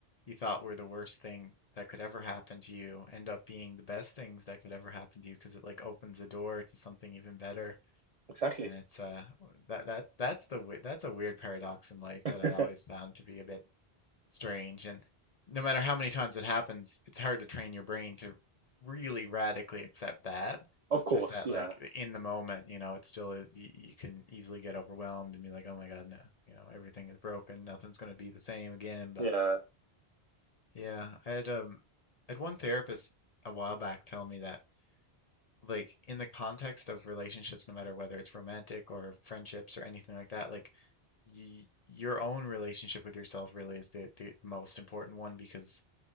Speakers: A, on the left; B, on the right.
A: you thought were the worst thing that could ever happen to you end up being the best things that could ever happen to you because it like opens a door to something even better
B: exactly.
A: and it's uh that that that's the we- that's a weird paradox in life
B: <laughs>
A: that I always found to be a bit strange. And no matter how many times it happens, it's hard to train your brain to really radically accept that.
B: Of course,
A: Just that,
B: yeah,
A: like in the moment, you know, it's still you, you can easily get overwhelmed and be like, "Oh my God, no, you know, everything is broken. Nothing's going to be the same again." But
B: yeah,
A: yeah, I had um, I had one therapist a while back tell me that like in the context of relationships, no matter whether it's romantic or friendships or anything like that, like y your own relationship with yourself really is the, the most important one because